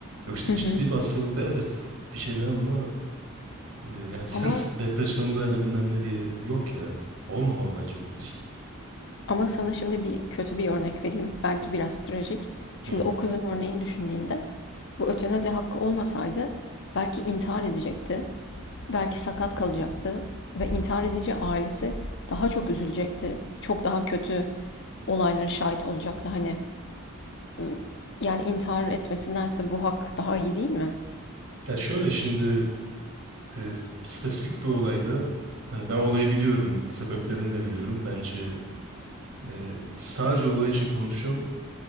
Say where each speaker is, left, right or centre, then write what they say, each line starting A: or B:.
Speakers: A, on the right; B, on the left.
A: Yoksa
B: Hı
A: ciddi
B: hı.
A: bir hastalıkta evet bir şey demem ama Ee, yani sırf
B: Ama
A: depresyonda ya da bilmem ne diye yok ya. Olmamalı bence onun için.
B: ama sana şimdi bir kötü bir örnek vereyim. Belki biraz trajik. Şimdi
A: Hı.
B: o kızın örneğini düşündüğünde bu ötenazi hakkı olmasaydı belki intihar edecekti. Belki sakat kalacaktı ve intihar edici ailesi daha çok üzülecekti. Çok daha kötü olaylara şahit olacaktı. Hani ıı, yani intihar etmesindense bu hak daha iyi değil mi?
A: Ya şöyle şimdi e, spesifik bir olayda hani ben olayı biliyorum, sebeplerini de biliyorum. Bence e, sadece olay için konuşuyorum.